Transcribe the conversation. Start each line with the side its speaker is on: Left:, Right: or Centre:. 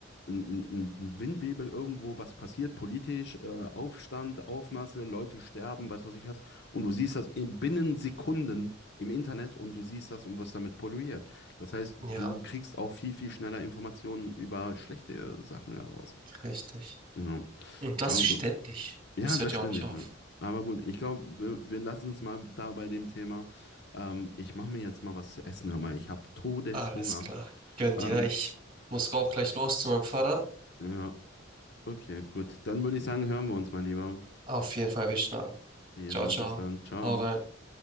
Left: ein, ein ein Windwebel irgendwo was passiert, politisch, äh, Aufstand, Aufmaße, Leute sterben, weiß was ich was. Und du siehst das in, binnen Sekunden im Internet und du siehst das und wirst damit polluiert. Das heißt,
Right: Ja,
Left: du kriegst auch viel, viel schneller Informationen über schlechte äh, Sachen heraus.
Right: richtig.
Left: Ja.
Right: Und das
Left: Aber
Right: ständig.
Left: gut. Ja,
Right: Es
Left: das
Right: hört ja
Left: stimmt
Right: auch nicht
Left: nicht.
Right: auf.
Left: ja. Aber gut, ich glaube, wir, wir lassen es mal da bei dem Thema. Ähm, ich mache mir jetzt mal was zu essen, hör mal. Ich habe Todeshunger.
Right: Alles klar. Gönn
Left: Ähm,
Right: dir. Ich muss auch gleich los zu meinem Vater.
Left: ja, okay, gut. Dann würde ich sagen, hören wir uns mal lieber.
Right: Auf jeden Fall, wir schnacken.
Left: Jo,
Right: Ciao, ciao.
Left: bis dann. Ciao.
Right: Hau rein.